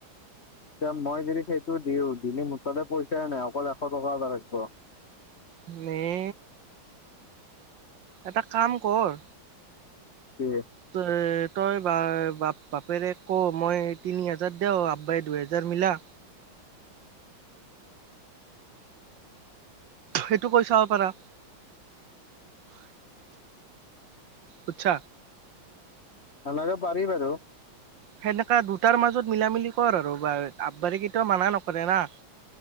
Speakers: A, on the left; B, on the right.
A: এতিয়া মই যদি সেইটো দিওঁ দিলে মোৰ তাতে পইচাই নাই অকল এশ টকা এটা থাকিব
B: নি এটা কাম কৰ
A: কি
B: ত তই বা বাপ বাপেৰেক ক মই তিনি হাজাৰ দেও আব্বাই দুহেজাৰ মিলা সেইটো কৈ চাব পাৰা আচ্ছা
A: বনাব পাৰি বাৰু
B: সেনেকা দুটাৰ মাজত মিলা - মিলি কৰ আৰু বা আববাৰী কেতিয়াও মানা নকৰে না?